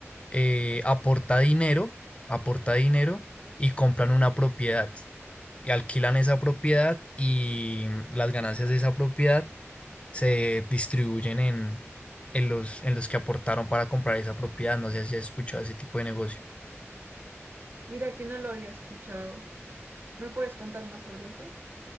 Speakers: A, on the left; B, on the right.
A: eh, aporta dinero, aporta dinero y compran una propiedad y alquilan esa propiedad y mm, las ganancias de esa propiedad se distribuyen en, en los, en los que aportaron para comprar esa propiedad. No sé si has escuchado ese tipo de negocio.
B: Mira que no lo había escuchado. ¿Me puedes contar más sobre ese?